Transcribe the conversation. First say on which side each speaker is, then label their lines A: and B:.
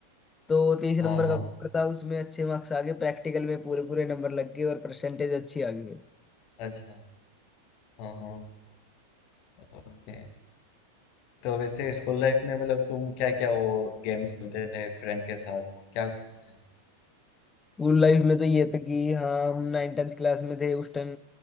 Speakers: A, on the left (about 15°); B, on the left (about 45°).
A: तो तीस
B: हाँ
A: नंबर
B: हाँ
A: का पेपर था उसमें अच्छे मार्क्स आ गए प्रैक्टिकल में पूरे पूरे नंबर लग गए और परसेंटेज अच्छी आ गई
B: अच्छा हाँ हाँ ओके तो वैसे स्कूल लाइफ में मतलब तुम क्या क्या वो गेम्स खेलते थे फ्रेंड के साथ क्या करते थे
A: स्कूल लाइफ में तो ये था कि हाँ हम नाइन टेंथ क्लास में थे उस टाइम